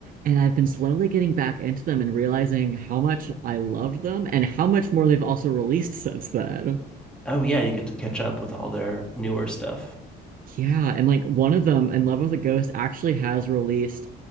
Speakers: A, on the right; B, in the centre.
A: And I've been slowly getting back into them and realizing how much I loved them and how much more they've also released since then.
B: oh yeah you get to catch up with all their newer stuff
A: Yeah, and like one of them, In Love with a Ghost, actually has released